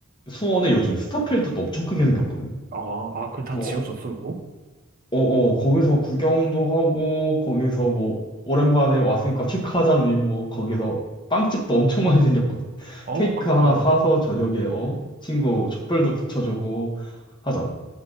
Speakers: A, on the left; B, on the right.
A: 수원에 요즘 스타필드도 엄청 크게 생겼거든.
B: 아, 아, 그 다
A: 어,
B: 지워졌어, 그거?
A: 어, 어, 거기서 구경도 하고 거기서 뭐 오랜만에 왔으니까 축하하자는 의미 뭐 거기서 빵집도 엄청 많이 생겼거든.
B: 어,
A: 케이크
B: 그,
A: 하나
B: 어.
A: 사서 저녁에 어 친구 촛불도 붙여주고 하자.